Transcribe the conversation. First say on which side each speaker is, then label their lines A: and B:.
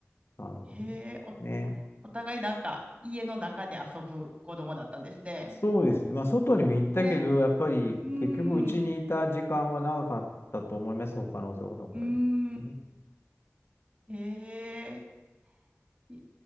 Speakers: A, on the left; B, on the right.
A: なるほど。
B: へえ、お、
A: ね。
B: お互いなんか、家の中で遊ぶ子供だったんですね。
A: そうですね。まあ、外にも行ったけど、
B: ね。
A: やっぱり結局、
B: うーん。
A: うちにいた時間は長かったと思います、
B: う
A: 他の男の子より。
B: ーん。
A: うん
B: ええい